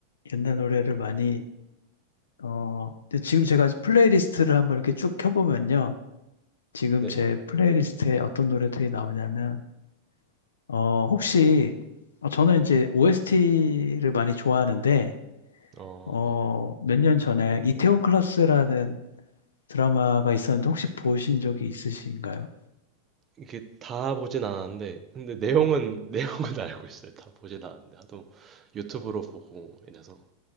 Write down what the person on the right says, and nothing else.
네.
어,
네.
이게 다 보진 않았는데, 근데 내용은, <laughs> 내용은 알고 있어요. 다 보진 않았는데, 하도 유튜브로 보고 이래서.